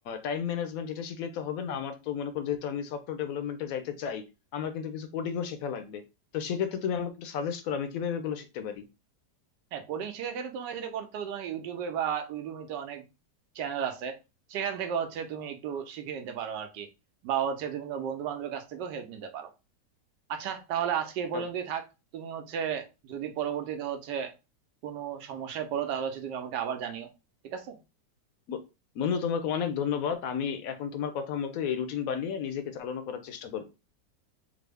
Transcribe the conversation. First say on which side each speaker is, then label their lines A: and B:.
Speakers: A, on the left; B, on the right.
A: টাইম ম্যানেজমেন্ট এটা শিখলেই তো হবে না আমার তো মনে করো যেহেতু আমি সফটওয়্যার ডেভেলপমেন্টে যাইতে চাই আমার কিন্তু কিছু কোডিংও শেখা লাগবে তো সেক্ষেত্রে তুমি আমাকে একটু সাজেস্ট করো আমি কিভাবে এগুলো শিখতে পারি
B: হ্যাঁ কোডিং শেখার ক্ষেত্রে তোমাকে যেটা করতে হবে তোমাকে ইউটিউবে বা ইউডুমিতে অনেক চ্যানেল আছে সেখান থেকে হচ্ছে তুমি একটু শিখে নিতে পারো আর কি বা হচ্ছে তুমি তোমার বন্ধু বান্ধবের কাছ থেকেও হেল্প নিতে পারো আচ্ছা তাহলে আজকে এই
A: আহ,
B: পর্যন্তই থাক তুমি হচ্ছে যদি পরবর্তীতে হচ্ছে কোনো সমস্যায় পড়ো তাহলে হচ্ছে তুমি আমাকে আবার জানিও ঠিক আছে
A: ব- বন্ধু তোমাকে অনেক ধন্যবাদ আমি এখন তোমার কথা মতো এই রুটিন বানিয়ে নিজেকে চালানো করার চেষ্টা করবো